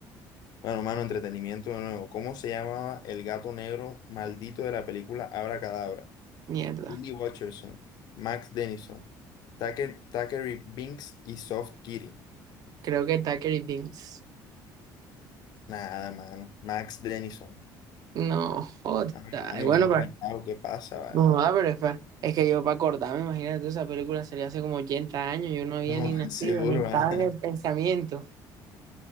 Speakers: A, on the left (about 60°); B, on the right (about 50°).
A: Bueno, mano, entretenimiento de nuevo. ¿Cómo se llamaba el gato negro maldito de la película Abracadabra?
B: Mierda.
A: Billy Watcherson, Max Dennison, Tucker, Thackeray Binks y Soft Kitty.
B: Creo que Tucker y Vince.
A: Nada, mano. Max Dennison.
B: No, jota.
A: Ah, mano,
B: Bueno,
A: y ven rayado, ¿qué pasa, vale?
B: No, ah, pero es, fa- es que yo para acordarme, imagínate, esa película sería hace como 80 años, yo no había
A: No,
B: ni nacido,
A: <laughs> seguro.
B: ni estaba
A: ah.
B: en el pensamiento.